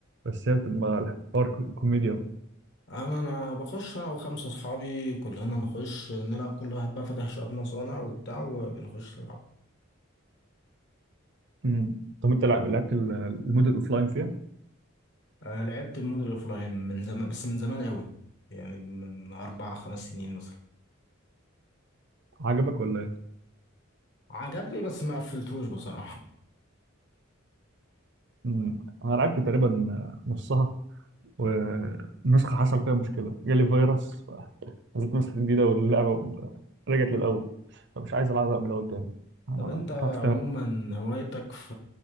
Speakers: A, on the right; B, on the left.
A: بس هي بتبقى الحوار كو- كوميديا أوي.
B: أما أنا بخش أنا وخمسة أصحابي كلنا نخش نلعب كل واحد بقى فاتح شوية مصانع وبتاع وبنخش نلعب
A: أمم. طب انت لعب- لعبت ال- المود الاوفلاين فيها
B: آه لعبت المود الأوفلاين من زمان بس من زمان أوي يعني من أربع خمس سنين مثلا
A: عجبك ولا ايه؟
B: عجبني بس ما قفلتوش بصراحة
A: أمم. انا لعبت تقريبا نصها ونسخة حصل فيها مشكلة جالي فيروس نزلت نسخة جديدة واللعبة رجعت للأول فمش عايز ألعبها من الأول تاني أنا
B: طب أنت
A: قطعت فيها
B: عموما هوايتك في